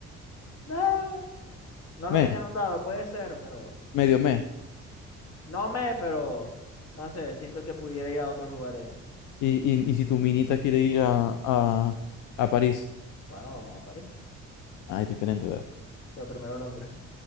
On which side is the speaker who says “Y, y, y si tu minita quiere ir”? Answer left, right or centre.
Left